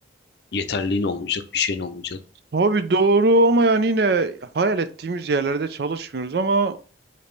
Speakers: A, on the left; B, on the right.
A: Yeterliğin olmayacak, bir şeyin olmayacak.
B: Abi doğru ama yani yine hayal ettiğimiz yerlerde çalışmıyoruz ama